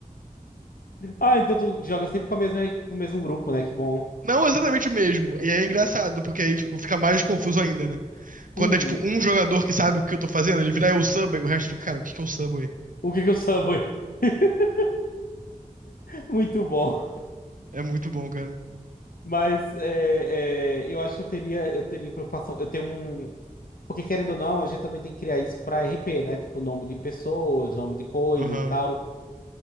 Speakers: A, on the left; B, on the right.
A: Ah, então tu joga sempre com a mesma, com o mesmo grupo, né? Que bom.
B: Não exatamente o mesmo. E aí é engraçado, porque aí, tipo, fica mais confuso ainda, né? Quando
A: Uhum.
B: é tipo um jogador que sabe o que eu tô fazendo, ele vira eu Subway, o resto fica, cara, o que que é o Subway?
A: O que que eu Subway? <laughs> Muito bom.
B: É muito bom, cara.
A: Mas é, é, eu acho que eu teria, eu teria preocupação. Eu tenho um. Porque querendo ou não, a gente também tem que criar isso para RP, né? Tipo, nome de pessoas, nome de coisas
B: Aham.
A: e tal.